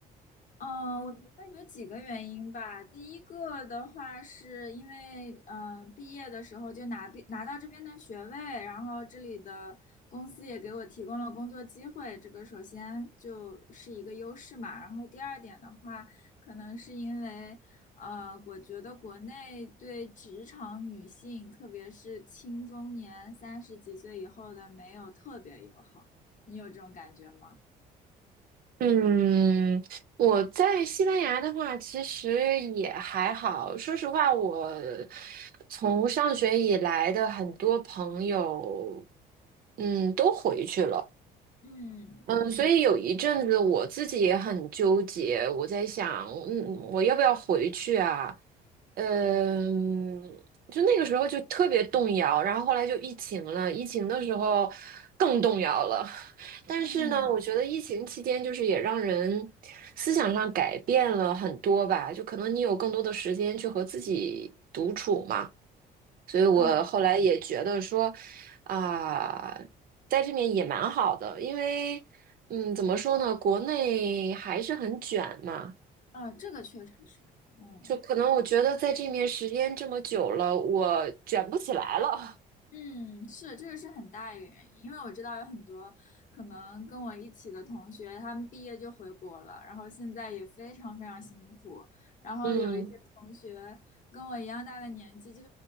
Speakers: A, on the left; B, on the right.
A: 嗯，我觉得有几个原因吧。第一个的话，是因为嗯、呃毕业的时候就拿毕拿到这边的学位，然后这里的公司也给我提供了工作机会，这个首先就是一个优势嘛。然后第二点的话，可能是因为呃，我觉得国内对职场女性，特别是青中年三十几岁以后的，没有特别友好。你有这种感觉吗？
B: 嗯，我在西班牙的话，其实也还好。说实话，我从上学以来的很多朋友，嗯，都回去了。
A: 嗯。
B: 嗯，所以有一阵子我自己也很纠结，我在想，嗯，我要不要回去啊？嗯，就那个时候就特别动摇，然后后来就疫情了，疫情的时候更动摇了。<laughs> 但是呢，
A: 嗯，
B: 我觉得疫情期间就是也让人思想上改变了很多吧，就可能你有更多的时间去和自己独处嘛。所以我后来也觉得说，
A: 嗯，
B: 啊、在这边也蛮好的，因为，嗯，怎么说呢，国内还是很卷嘛，
A: 啊，这个确实是，嗯
B: 就可能我觉得在这面时间这么久了，我卷不起来了。
A: 嗯，是这个是很大一个原因，因为我知道有很多可能跟我一起的同学，他们毕业就回国了，然后现在也非常非常辛苦，然后有一些同学跟我一样大的年纪，
B: <laughs> 嗯
A: 就